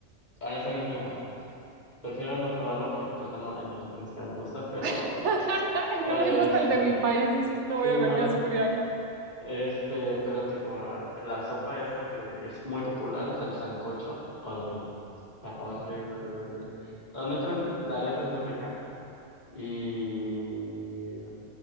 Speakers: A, on the left (about 40°); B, on the right (about 75°).
A: honestamente, mira, prefiero no probarlo porque el plátano en México ni siquiera me gusta, pero
B: <laughs> No
A: este,
B: me gusta el de mi país,
A: <laughs>
B: dices, no
A: sí,
B: voy a venir
A: no.
B: a sufrir acá.
A: Este, pero tipo, la sopa esa que es muy popular, o sea, el sancocho, horrible. O sea, horrible, horrible, horrible. Honestamente, la arepa es muy rica y <laughs>